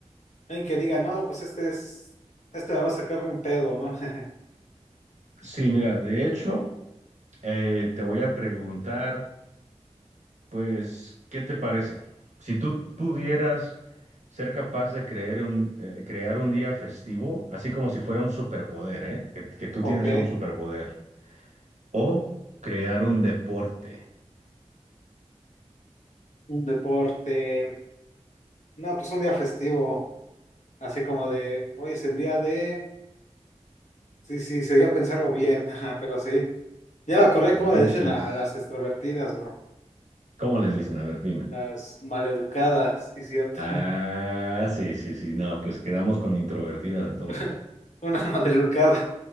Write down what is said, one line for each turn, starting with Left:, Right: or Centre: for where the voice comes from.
Left: alguien que diga, no, pues este es, este me va a sacar un pedo, ¿no? <laughs>
Right: Sí, mira, de hecho, eh, te voy a preguntar, pues, ¿qué te parece? Si tú pudieras ser capaz de creer un, eh, crear un día festivo, así como si fuera un superpoder, ¿eh? Que, que tú
Left: Ok,
Right: tienes un superpoder. O crear un deporte.
Left: un deporte, no, pues un día festivo, así como de, hoy es el día de Sí, sí, sería pensarlo bien, ajá, pero sí. Ya me acordé
Right: No
Left: cómo
Right: manches.
Left: le dicen a las extrovertidas, bro.
Right: ¿Cómo les dicen? A ver, dime.
Left: Las maleducadas, sí, cierto.
Right: Ah, sí, sí, sí. No, pues quedamos con introvertidas entonces.
Left: <laughs> Una maleducada.